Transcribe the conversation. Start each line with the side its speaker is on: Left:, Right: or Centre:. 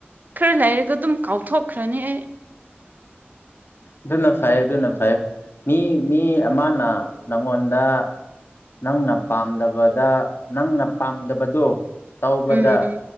Right: ꯈꯔ ꯂꯩꯔꯒꯗꯨꯝ ꯀꯥꯎꯊꯣꯛꯈ꯭ꯔꯅꯤ ꯑꯩ
Left: ꯑꯗꯨꯅ ꯐꯩ ꯑꯗꯨꯅ ꯐꯩꯌꯦ ꯃꯤ ꯃꯤ ꯑꯃꯅ ꯅꯪꯉꯣꯟꯗ ꯅꯪꯅ ꯄꯥꯝꯗꯕꯗ ꯅꯪꯅ ꯄꯥꯝꯗꯕꯗꫭ ꯇꯧꯕꯗ
Right: ꯎꯝ